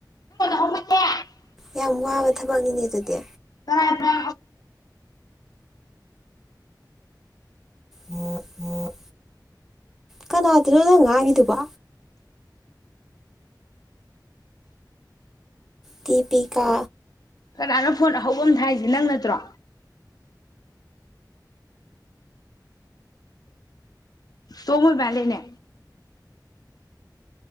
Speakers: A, on the left; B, in the centre.
A: <unintelligible>
B: ꯌꯥꯝ ꯋꯥꯕ ꯊꯕꯛꯅꯤꯅꯦ ꯑꯗꯨꯗꯤ
A: ꯀꯔꯥꯏꯗꯥ
B: ꯎꯝ ꯎꯝ ꯀꯅꯥꯗꯅꯣ ꯅꯪ ꯉꯥꯏꯉꯤꯗꯨꯕ ꯗꯤꯄꯤꯀꯥ
A: ꯀꯥꯟꯅ ꯐꯣꯟ ꯑꯍꯧꯕ ꯑꯃ ꯊꯥꯏꯁꯦ ꯅꯪ ꯅꯠꯇ꯭ꯔꯣ ꯇꯃꯣꯏ ꯃꯦꯂꯦꯅꯦ